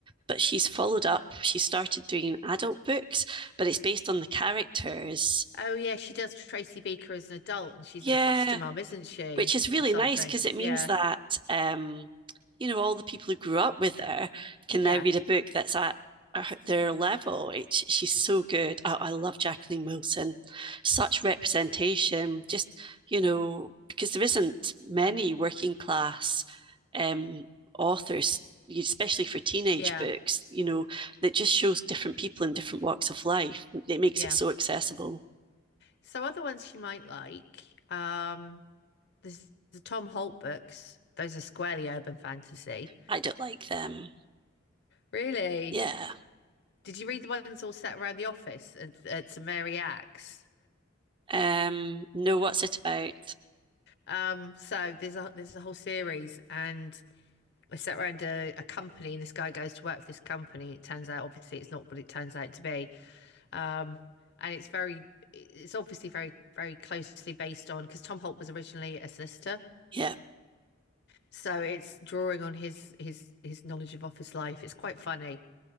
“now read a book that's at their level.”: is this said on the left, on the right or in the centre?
Right